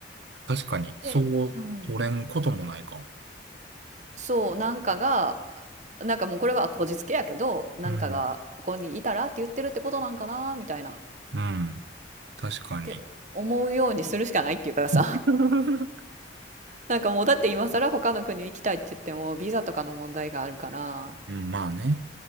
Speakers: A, on the right; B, on the right.
A: 確かに、そう取れんこともないか。
B: でうんそうなんかがなんかもうこれはこじつけやけどなんかがここにいたらって言ってるってことなんかなみたいなっ
A: うん、うん、確かに。
B: て思うようにするしかないっていうかさ
A: <laughs>
B: なんかもうだって今更他の国行きたいって言ってもビザとかの問題があるから
A: うん、まあね。